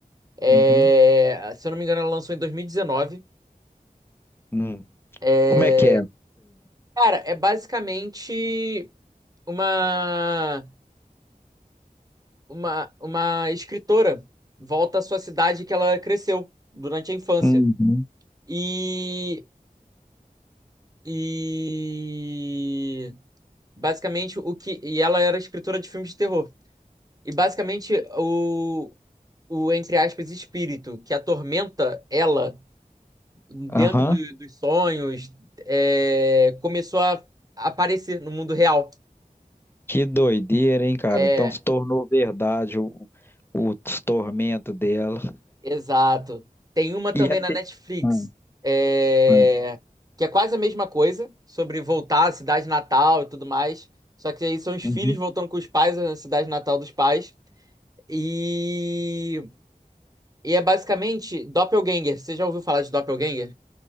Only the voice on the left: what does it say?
Uhum.
Hum.
Como é que é?
Uhum.
Aham.
Que doideira, hein, cara?
Então se tornou verdade o, o tormento dela.
E até.
Hum,
hum.
Uhum.